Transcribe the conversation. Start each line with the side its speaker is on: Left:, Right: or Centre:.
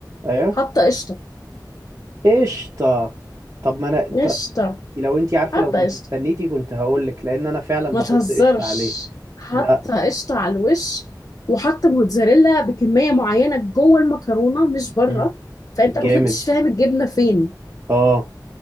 Right: ايوه
Left: حاطه قشطه
Right: قشطة طب ما انا
Left: قشطه
Right: ط- لو انتي عارفة
Left: حاطه
Right: لو كنت
Left: قشطه
Right: استنيتي كنت هقولك لان انا فعلا
Left: ما
Right: بحط
Left: تهزرش
Right: قشطة عليه
Left: حاطه
Right: لا
Left: قشطه على الوش وحاطه موتزاريلا بكميه معينه جوه المكرونه مش بره
Right: مم.
Left: فانت
Right: جامد
Left: ما كنتش فاهم الجبنه فين
Right: اه